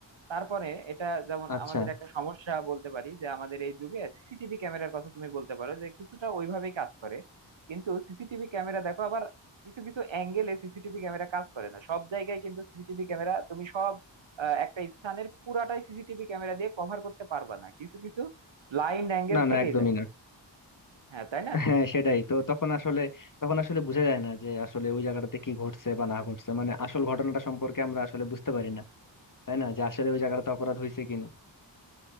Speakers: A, on the right; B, on the left.
A: তারপরে এটা যেমন
B: আচ্ছা
A: আমাদের একটা সমস্যা বলতে পারি যে আমাদের এই যুগে সিসিটিভি ক্যামেরার কথা তুমি বলতে পারো যে কিছুটা ওইভাবেই কাজ করে কিন্তু সিসিটিভি ক্যামেরা দেখো আবার কিছু কিছু অ্যাঙ্গেলে সিসিটিভি ক্যামেরা কাজ করে না সব জায়গায় কিন্তু সিসিটিভি ক্যামেরা তুমি সব আহ, একটা স্থানের পুরাটাই সিসিটিভি ক্যামেরা দিয়ে কভার করতে পারবা না কিছু কিছু ব্লাইন্ড অ্যাঙ্গেল
B: না না
A: থেকেই
B: একদমই
A: যায়
B: না
A: হ্যাঁ তাই না
B: হ্যাঁ সেটাই তো তখন আসলে তখন আসলে বোঝা যায় না যে আসলে ওই জায়গাটাতে কি ঘটছে বা না ঘটছে মানে আসল ঘটনাটা সম্পর্কে আমরা আসলে বুঝতে পারি না তাই না যে আসলে ওই জায়গাটাতে অপরাধ হয়েছে কিনা